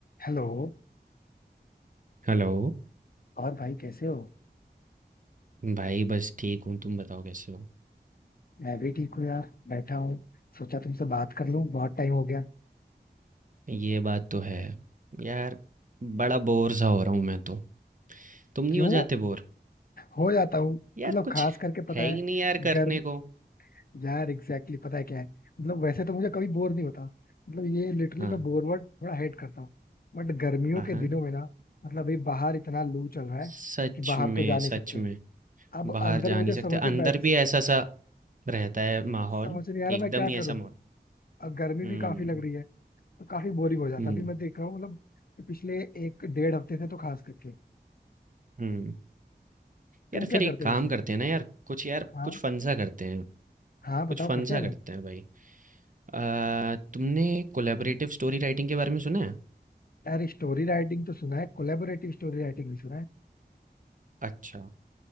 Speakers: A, on the left; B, on the right.
A: हेलो
B: Hello
A: और भाई कैसे हो
B: भाई बस ठीक हूँ तुम बताओ कैसे हो
A: मैं भी ठीक हूँ यार बैठा हूँ सोचा तुमसे बात कर लूं बहुत टाइम हो गया
B: ये बात तो है यार बड़ा बोर सा हो रहा हूँ मैं तो तुम नहीं
A: क्यों
B: हो जाते बोर
A: हो जाता हूँ मतलब
B: यार कुछ
A: खास करके पता
B: है ही
A: है
B: नहीं यार करने
A: गर्म
B: को
A: यार एग्जैक्टली exactly, पता है क्या है मतलब वैसे तो मुझे कभी बोर नहीं होता मतलब ये लिटरली
B: हाँ
A: मैं बोर वर्ड थोड़ा हेट करता हूँ बट गर्मियों
B: हाँ
A: के
B: हाँ
A: दिनों में ना मतलब अभी बाहर इतना लू चल रहा है
B: सच
A: कि बाहर
B: में
A: तो जा नहीं
B: सच
A: सकते
B: में
A: अब
B: बाहर
A: अंदर
B: जा
A: मुझे
B: नहीं सकते
A: समझ
B: अंदर
A: में बैठ
B: भी ऐसा सा रहता है माहौल
A: समझ नहीं आ रहा
B: एकदम
A: मैं क्या
B: ही
A: करूँ
B: ऐसा माहौल
A: अब गर्मी
B: हम्म
A: भी काफी लग रही है तो काफी बोरिंग हो जाता
B: हम्म
A: है अभी मैं देख रहा हूँ मतलब पिछले एक डेढ़ हफ्ते से तो खास करके
B: हम्म
A: तुम
B: यार
A: क्या
B: फिर
A: करते
B: एक काम
A: हो वैसे
B: करते हैं ना यार कुछ यार
A: हाँ
B: कुछ फन सा करते हैं
A: हाँ बताओ
B: कुछ फन
A: करते
B: सा
A: हैं
B: करते
A: ना
B: हैं भाई आ, तुमने कोलेबरेटिव स्टोरी राइटिंग के बारे में सुना है
A: यार स्टोरी राइटिंग तो सुना है कोलेबोरेटिव स्टोरी राइटिंग भी सुना है
B: अच्छा